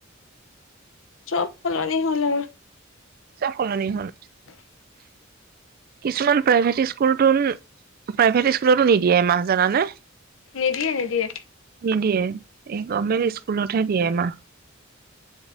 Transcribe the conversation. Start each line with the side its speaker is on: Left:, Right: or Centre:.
Left: চব সলনি হ'ল আৰু
Right: চব সলনি হ'ল।
Left: <inaudible>
Right: কিছুমান প্ৰাইভেট স্কুল তুন প্ৰাইভেট ই স্কুলতো নিদিয়ে এমাহ জানানে?
Left: নিদিয়ে নিদিয়ে
Right: নিদিয়ে। এই গভমেণ্ট স্কুলতহে দিয়ে এমাহ।